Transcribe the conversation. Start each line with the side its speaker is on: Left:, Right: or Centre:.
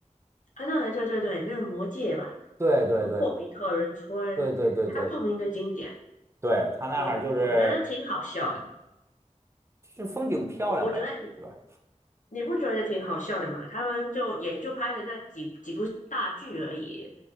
Left: 啊，对对对对，那个魔界吧，
Right: 对对对
Left: 什么霍比特人村，
Right: 对对对对
Left: 它著名的景点，
Right: 对，他那儿就是
Left: 我我觉得挺好笑。
Right: 就是风景漂亮呗，
Left: 我我觉得你
Right: 对吧？
Left: 你不觉得挺好笑的吗？他们就也就拍了那几几部大剧而已，